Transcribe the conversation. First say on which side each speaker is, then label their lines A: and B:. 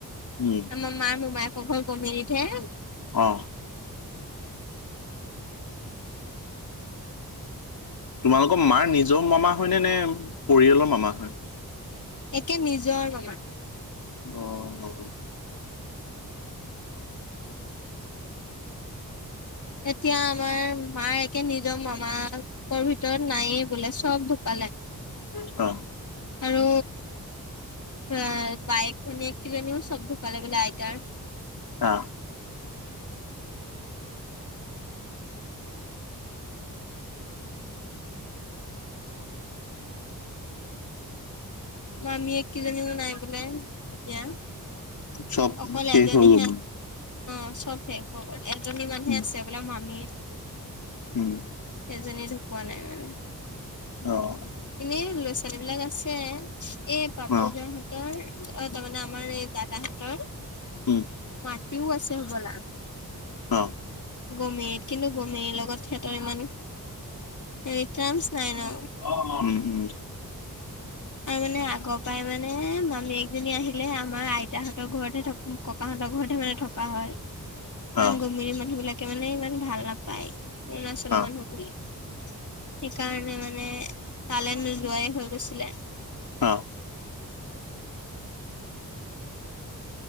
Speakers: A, on the left (about 80°); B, on the left (about 55°).
A: উম
B: আমা মাৰ মোমায়েকৰ ঘৰ গমিনিত হে
A: অঁ তোমালোকৰ মাৰ নিজৰ মামা হয়নে নে পৰিয়ালৰ মামা হয়
B: একে নিজৰ মামা
A: অ সৰু
B: এতিয়া আমাৰ মাৰ একে নিজৰ মামা কৰ ভিতৰত নায়ে বোলে চব ঢুকালে
A: অ
B: আৰু আ বাইক ভনী কিজনীও চব্ ঢুক ঢুকালে বোলে আইতাৰ
A: আ
B: মামিয়েক কেইজনীও নাই বোলে এতিয়া
A: চব
B: অকল
A: শেষ
B: এজনীহে
A: হৈ গ'ল মোৰ
B: অ চবে শেষ হৈ গল এজনী মানুহে
A: উম
B: আছে বোলে মামিয়েক
A: উম
B: এজনীয়ে ঢুকোৱা নাই মানে
A: অহ
B: এনেই ল'ৰা ছোৱালী বিলাক আছে এই পাপুদাহতৰ
A: অ
B: অ তাৰমানে আমাৰ এই দাদাহেতৰ
A: উম
B: মাটিও আছে হ'বলা
A: অহ
B: গমেৰিত কিন্তু গমেৰিৰ লগত সিহঁতৰ ইমান হেৰি ট্ৰামচ নাই ন
A: অহ উম উম
B: অ মানে আগৰ পাই মানে মামিয়েকজনী আহিলে আমাৰ আইতাহঁতৰ ঘৰতহে থাকো ককাহঁতৰ ঘৰতহে মানে থকা হয় কাৰণ
A: অ
B: গমেৰী মানুহ বিলাকে মানে ইমান ভাল নাপায় অৰুণাচলৰ
A: অ
B: মানুহ বুলি সেইকাৰণে মানে তালে নোযোৱাই হৈ গৈছিলে
A: অ